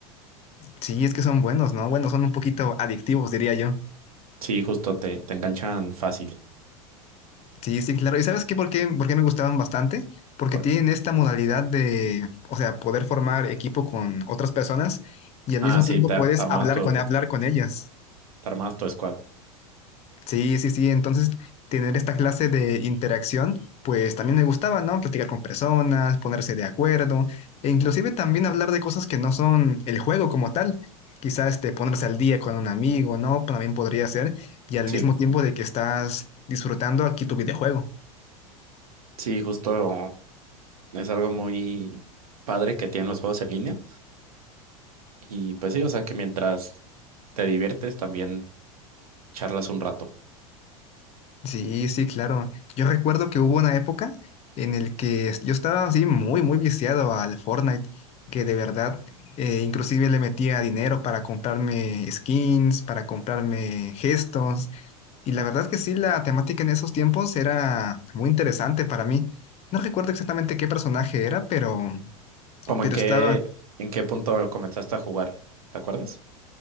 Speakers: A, on the left; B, on the right.
A: Sí, es que son buenos, ¿no? Bueno, son un poquito adictivos, diría yo.
B: Sí, justo te, te enganchan fácil.
A: Sí, sí, claro. ¿Y sabes qué? ¿Por qué, por qué me gustaban bastante? Porque
B: por-
A: tienen esta modalidad de, o sea, poder formar equipo con otras personas y al
B: Ah,
A: mismo
B: sí,
A: tiempo
B: te,
A: puedes
B: te armabas
A: hablar
B: tu,
A: con, hablar con ellas.
B: te armabas tu squad.
A: Sí, sí, sí. Entonces, tener esta clase de interacción, pues también me gustaba, ¿no? Platicar con personas, ponerse de acuerdo, e inclusive también hablar de cosas que no son el juego como tal. Quizás este, ponerse al día con un amigo, ¿no? También podría ser. Y al
B: Sí,
A: mismo tiempo de que estás disfrutando aquí tu videojuego.
B: sí, justo es algo muy padre que tienen los juegos en línea. Y pues sí, o sea que mientras te diviertes también charlas un rato.
A: Sí, sí, claro. Yo recuerdo que hubo una época en el que es- yo estaba así muy, muy viciado al Fortnite, que de verdad, eh, inclusive le metía dinero para comprarme skins, para comprarme gestos. Y la verdad que sí, la temática en esos tiempos era muy interesante para mí. No recuerdo exactamente qué personaje era, pero,
B: ¿Cómo
A: pero
B: en qué,
A: estaba.
B: en qué punto comenzaste a jugar? ¿Te acuerdas?